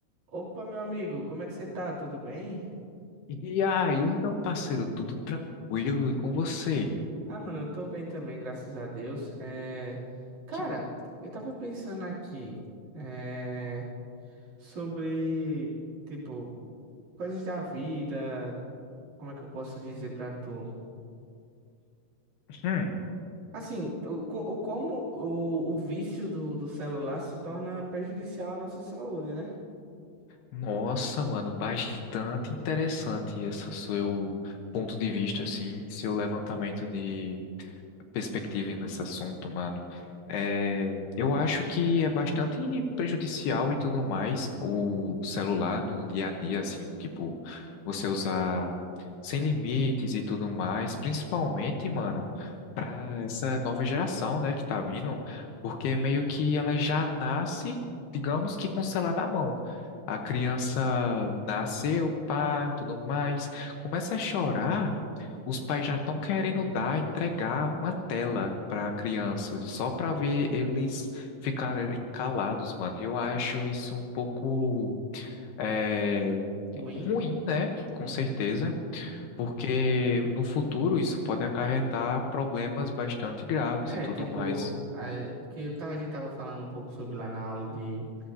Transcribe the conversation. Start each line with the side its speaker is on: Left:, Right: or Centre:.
Right: Opa, meu amigo, como é que você tá? Tudo bem?
Left: E aí, meu parceiro, tudo tranquilo e com você?
Right: Ah, mano, eu tô bem também, graças a Deus. É... Cara,
Left: Que-
Right: eu tava pensando aqui é... sobre, tipo, coisas da vida, como é que eu posso dizer pra tu?
Left: hum,
Right: Assim, o, co- o como o, o vício do, do celular se torna prejudicial à nossa saúde, né?
Left: Nossa, mano, bastante interessante esse seu ponto de vista, assim, seu levantamento de perspectiva nesse assunto, mano. É, eu acho que é bastante prejudicial e tudo mais o celular no dia a dia, assim, tipo, você usar sem limites e tudo mais, principalmente, mano, pra essa nova geração, né, que tá vindo, porque meio que ela já nasce, digamos que com o celular na mão. A criança nasceu, pá, tudo mais, começa a chorar os pais já estão querendo dar, entregar uma tela para a criança, só para ver eles ficarem calados, mano. Eu acho isso um pouco é,
Right: Ruim.
Left: ruim, né? Com
Right: Uhum.
Left: certeza, porque no futuro isso pode acarretar problemas bastante graves
Right: É,
Left: e tudo
Right: tipo,
Left: mais.
Right: é, porque eu tava, a gente tava falando um pouco sobre lá na aula de,